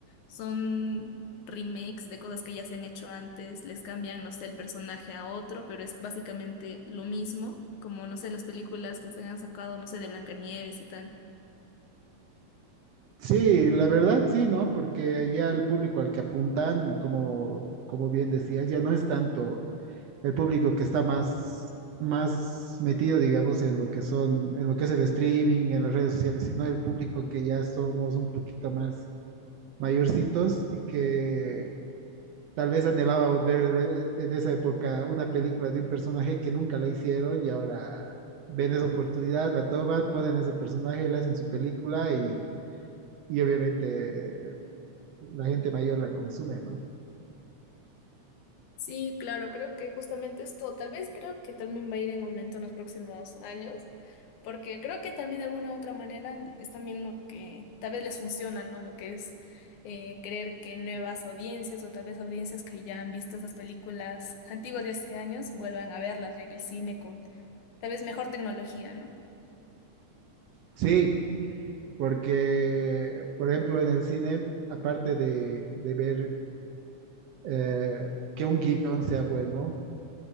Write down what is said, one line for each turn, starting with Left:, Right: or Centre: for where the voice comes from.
Left: son remakes de cosas que ya se han hecho antes, les cambian, no sé, el personaje a otro, pero es básicamente lo mismo, como, no sé, las películas que se han sacado, no sé, de Blancanieves y tal.
Right: Sí, la verdad sí, ¿no? Porque ya el público al que apuntan, como, como bien decías, ya no es tanto. el público que está más, más metido, digamos, en lo que son, en lo que es el streaming, en las redes sociales, sino el público que ya somos un poquito más mayorcitos y que tal vez anhelábamos ver en esa época una película de un personaje que nunca la hicieron y ahora ven esa oportunidad, la toman, ponen ese personaje, la hacen su película y, y obviamente la gente mayor la consume, ¿no?
Left: Sí, claro, creo que justamente esto, tal vez creo que también va a ir en aumento en los próximos años. Porque creo que también de alguna u otra manera están viendo que tal vez les funciona, ¿no? Lo que es eh, creer que nuevas audiencias o tal vez audiencias que ya han visto esas películas antiguas de hace años vuelvan a verlas, ya que el cine con tal vez mejor tecnología, ¿no?
Right: Sí, Porque, por ejemplo, en el cine, aparte de, de ver eh, que un guión sea bueno,